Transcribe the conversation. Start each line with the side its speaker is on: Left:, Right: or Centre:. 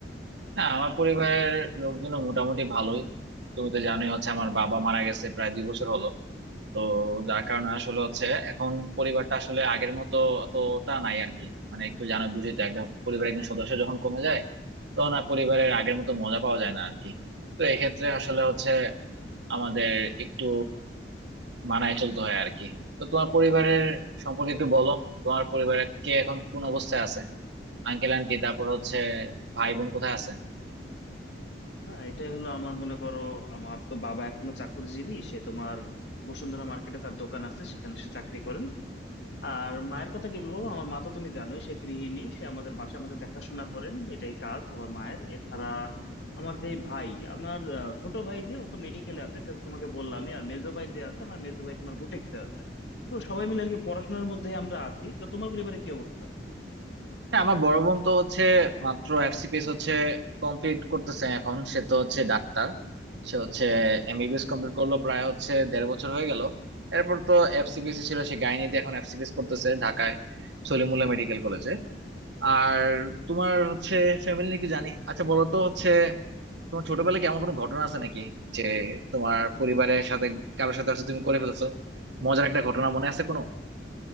Right: হ্যাঁ আমার পরিবারের লোকজনও মোটামুটি ভালোই তুমি তো জানোই হচ্ছে আমার বাবা মারা গেছে প্রায় দুই বছর হলো তো যার কারণে আসলে হচ্ছে এখন পরিবারটা আসলে আগের মতো অতটা নাই আর কি মানে একটু জানো বুঝি তো একজন পরিবারের একজন সদস্য যখন কমে যায় তখন আর পরিবারের আগের মতো মজা পাওয়া যায় না আর কি তো এক্ষেত্রে আসলে হচ্ছে আমাদের একটু মানায় চলতে হয় আর কি তো তোমার পরিবারের সম্পর্কে একটু বলো তোমার পরিবারের কে এখন কোন অবস্থায় আছে আঙ্কেল আন্টি তারপর হচ্ছে ভাই বোন কোথায় আছে
Left: না এটাই হলো আমার মনে করো আমার তো বাবা এখনো চাকরিজীবী সে তোমার বসুন্ধরা মার্কেটে তার দোকান আছে সেখানে সে চাকরি করেন আর মায়ের কথা কি বলবো আমার মা তো তুমি জানোই সে গৃহিণী সে আমাদের বাসায় আমাদের দেখাশোনা করেন এটাই কাজ আমার মায়ের এছাড়া আমার যে ভাই আমার আহ, ছোট ভাই যে ও তো মেডিকেলে আছে সেটা তো তোমাকে বললামই আর মেজো ভাই যে আছে আমার মেজো ভাই তোমার বুটেক্সে আছে তো সবাই মিলে আর কি পড়াশোনার মধ্যে আমরা আছি তো তোমার পরিবারে কি অবস্থা
Right: হ্যাঁ আমার বড় বোন তো হচ্ছে মাত্র এফসিপিএস হচ্ছে কমপ্লিট করতেছে এখন সে তো হচ্ছে ডাক্তার সে হচ্ছে এমবিবিএস কমপ্লিট করলো প্রায় হচ্ছে দেড় বছর হয়ে গেল এরপর তো এফসিপিএস ছিল সে গাইনিতে এখন এফসিপিএস করতেছে ঢাকায় সলিমুল্লাহ মেডিকেল কলেজে আর তোমার হচ্ছে ফ্যামিলি নিয়ে কি জানি আচ্ছা বলো তো হচ্ছে তোমার ছোটবেলায় কেমন কোনো ঘটনা আছে নাকি যে তোমার পরিবারের সাথে কারোর সাথে হচ্ছে তুমি করে ফেলছো মজার একটা ঘটনা মনে আছে কোনো